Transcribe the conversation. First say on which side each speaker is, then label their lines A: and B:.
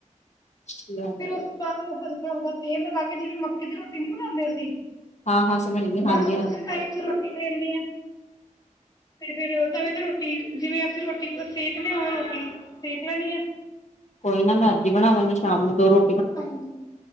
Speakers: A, on the left; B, on the left.
A: ਅੱਛਾ
B: ਫਿਰ ਉਸ ਤੋਂ ਬਾਅਦ ਉਹ ਹਲਕਾ-ਹਲਕਾ ਤੇਲ ਲਗਾ ਕੇ ਜਿਵੇਂ ਮੱਕੀ ਦੀ ਰੋਟੀ ਨੀ ਬਣਾਉਂਦੇ ਅਸੀਂ
A: ਹਾਂ ਹਾਂ ਸਮਝ ਗਈ ਹਾਂਜੀ
B: ਬਸ
A: ਹਾਂਜੀ
B: ਉਸ ਟਾਈਪ ਚ ਰੋਟੀ ਵੇਲਣੀ ਏ। ਤੇ ਫਿਰ ਤਵੇ ਤੇ ਰੋਟੀ ਜਿਵੇਂ ਅਸੀਂ ਰੋਟ ਕਿਸਰਾਂ ਸੇਕਨੇ ਔ ਰੋਟੀ ਸੇਕ ਲੈਣੀ ਏ।
A: ਕੋਈ ਨਾ ਮੈਂ ਅੱਜ ਈ ਬਣਾਵਾਂਗੀ ਸ਼ਾਮ ਨੂੰ ਦੋ ਰੋ
B: ਹਾਂਜੀ,